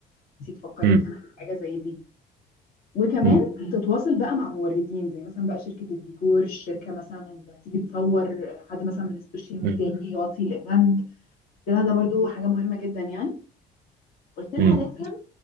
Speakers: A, on the left; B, on the right.
A: نسيت تفكري
B: مم.
A: في حاجة زي دي وكمان
B: مم.
A: تتواصل بقى مع موردين زي مثلا بقى شركة الديكور الشركة مثلا اللي هتيجي تصور حد مثلا من السوشيال ميديا
B: مم.
A: يجي يغطي الايفنت قلت لها ده برضو حاجة مهمة جدا يعني قلت لها
B: مم.
A: لازم